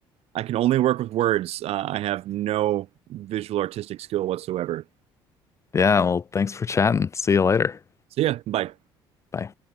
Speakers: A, on the right (about 60°); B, on the left (about 25°).
A: I can only work with words. Uh, I have no visual artistic skill whatsoever.
B: Yeah, well, thanks for chatting. See you later.
A: So yeah, bye.
B: Bye.